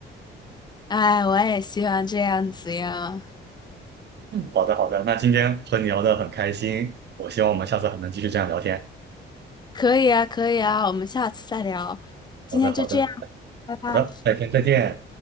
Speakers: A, on the left; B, on the right.
A: <laughs> 哎，我也希望这样子呀。
B: 好的好的，那今天和你聊得很开心，我希望我们下次还能继续这样聊天。
A: 可以啊，可以啊，我们下次再聊。今天就这样，
B: 好的好的
A: 拜拜。
B: 好的，再见再见。